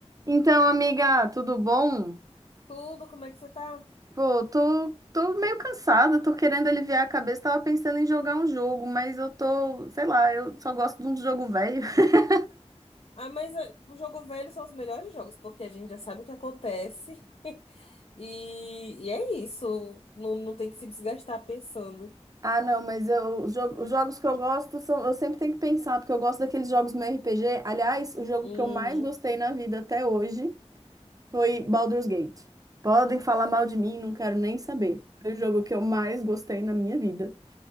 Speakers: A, on the right (about 30°); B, on the left (about 60°).
A: Então, amiga, tudo bom?
B: Tudo, como é que você tá?
A: Pô, tô, tô meio cansada, tô querendo aliviar a cabeça. Tava pensando em jogar um jogo, mas eu tô, sei lá, eu só gosto de um jogo velho. <laughs>
B: Ah, mas eh, o jogo velho são os melhores jogos, porque a gente já sabe o que acontece. <laughs> E, e é isso. Não, não tem que se desgastar pensando.
A: Ah, não, mas eu, os jo- os jogos que eu gosto são, eu sempre tenho que pensar, porque eu gosto daqueles jogos meio RPG. Aliás, o jogo
B: Uhum.
A: que eu mais gostei na vida até hoje foi Baldur's Gate. Podem falar mal de mim, não quero nem saber. Foi o jogo que eu mais gostei na minha vida.